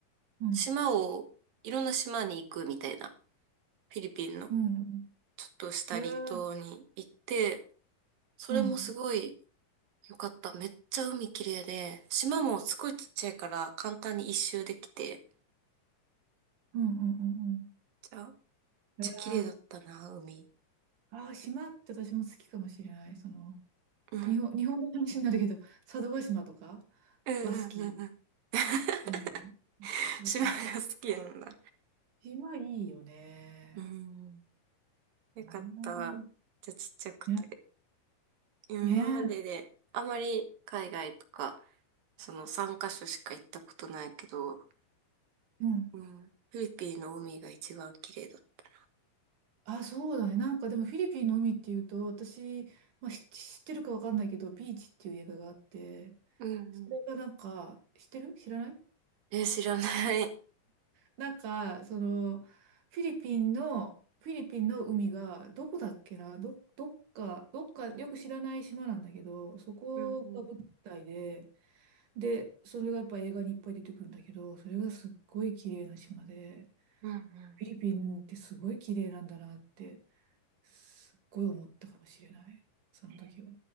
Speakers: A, on the right (about 65°); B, on the right (about 80°).
A: うん、
B: 島を、いろんな島に行くみたいな。フィリピンの、
A: うん、うん
B: ちょっとした離島に行って、
A: へえ、
B: それもすごい
A: うん、うん、
B: 良かった。めっちゃ海綺麗で、島もすごいちっちゃいから簡単に一周できて、
A: うん、うん、
B: じゃあ
A: うんへえ、
B: ちゃ綺麗だったな、海。
A: ああ、島って私も好きかもしれない。その、
B: うん。
A: 日本、日本の話になるけど、佐渡島とか
B: うんうんうんうん。
A: は好き。
B: <laughs>
A: うん、そうそう。
B: 島が好きなんだ。
A: 島いいよね。
B: うん。よかった。
A: うん
B: じゃあちっちゃくて。
A: ね、
B: 今までで、
A: ね
B: あまり海外とか、その3カ所しょしか行ったことないけど、
A: え、うん。
B: うん。フィリピンの海が一番綺麗だった。
A: あ、そうだね。なんかでもフィリピンの海っていうと、私、まあ、し知ってるかわかんないけど、ビーチっていう映画があって、
B: うんうん。
A: それがなんか、知ってる知らない
B: え、知らない。
A: なんか、その、フィリピンの、フィリピンの海が、どこだっけな、ど、どっか、どっか、よく知らない島なんだけど、そこが舞台で、
B: うんうん。
A: で、それがやっぱ映画にいっぱい出てくるんだけど、それがすっごい綺麗な島で、
B: うんうん。
A: フィリピンってすごい綺麗なんだなって、すっごい思ったかもしれない、その時は。
B: えー